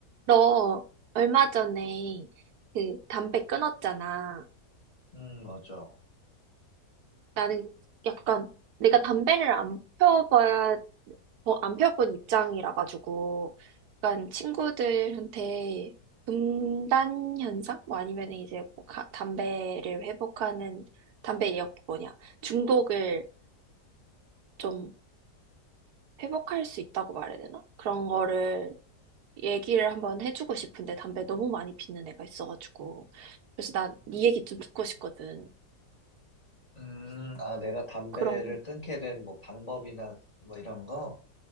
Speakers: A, on the right; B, on the left.
A: 너 얼마 전에 그 담배 끊었잖아.
B: 음, 맞아.
A: 나는 약간 내가 담배를 안 펴봐야, 어, 안 펴본 입장이라 가지고 약간 친구들한테 금단 현상? 뭐 아니면 이제 뭐 가- 담배를 회복하는 담배 역 뭐냐 중독을 좀 회복할 수 있다고 말해야 되나? 그런 거를 얘기를 한번 해주고 싶은데 담배 너무 많이 피는 애가 있어가지고 그래서 난 네 얘기 좀 듣고 싶거든.
B: 음, 아, 내가 담배를
A: 그런
B: 끊게 된 뭐 방법이나 뭐 이런 거,